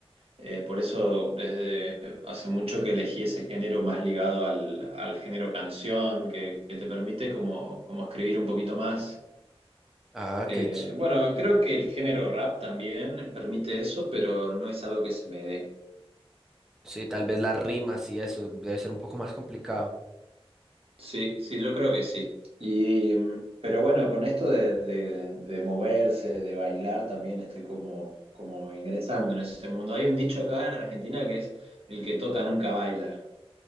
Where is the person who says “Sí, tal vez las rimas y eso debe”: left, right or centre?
Centre